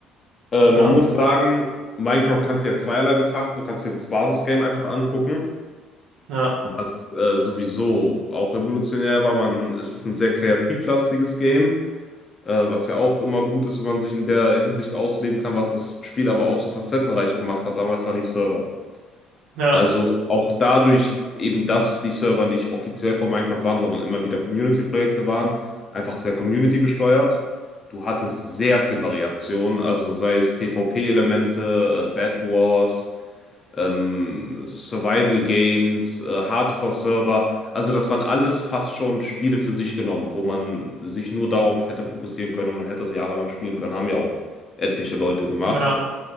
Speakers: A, on the left (about 20°); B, on the right (about 80°).
A: Äh,
B: ja,
A: man muss sagen, Minecraft kannst du ja zweierlei betrachten. Du kannst dir das Basisgame einfach angucken,
B: ja,
A: was äh, sowieso auch revolutionär war. Man, es ist ein sehr kreativlastiges Game, äh, was ja auch immer gut ist, wenn man sich in der Hinsicht ausleben kann, was das Spiel aber auch so facettenreich gemacht hat. Damals waren die Server.
B: ja,
A: Also auch dadurch eben, dass die Server nicht offiziell von Minecraft waren, sondern immer wieder Community-Projekte waren, einfach sehr Community gesteuert. Du hattest sehr viel Variation, also sei es PvP-Elemente, äh, Bed Wars, ähm, Survival Games, äh, Hardcore-Server. Also das waren alles fast schon Spiele für sich genommen, wo man sich nur darauf hätte fokussieren können und man hätte das jahrelang spielen können. Haben ja auch etliche Leute gemacht.
B: ja.